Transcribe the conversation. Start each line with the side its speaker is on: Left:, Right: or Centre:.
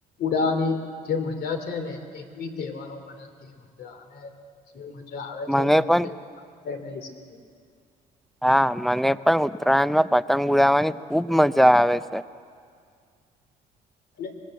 Left: ઉડાવાની જે મજા છે ને એક બી તહેવારો મનાતી જા અને જે મજા આવે
Centre: મને
Left: છે ને
Centre: પણ
Left: તે આપ તે લઇ શકે.
Centre: હા મને પણ ઉત્તરાયણમાં પતંગ ઉડાવવાની ખુબ મજા આવે છે <inaudible>
Left: અને